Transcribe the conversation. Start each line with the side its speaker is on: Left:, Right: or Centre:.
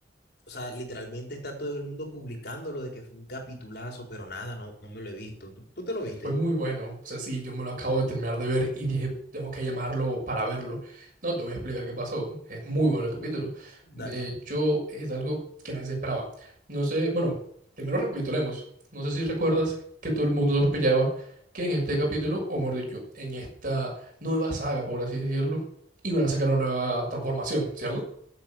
Left: o sea, literalmente está todo el mundo publicándolo de que fue un capitulazo, pero nada, no, no me lo he visto. ¿Tú, tú te lo viste?
Right: Fue muy bueno. O sea, sí, yo me lo acabo de terminar de ver y dije, tengo que llamarlo para verlo. No, te voy a explicar qué pasó. Es muy bueno el capítulo.
Left: Dale.
Right: De hecho, es algo que nadie se esperaba. No sé, bueno, primero recapitulemos. No sé si recuerdas que todo el mundo sospechaba que en este capítulo, o mejor dicho, en esta nueva saga, por así decirlo, iban a sacar una nueva transformación, ¿cierto?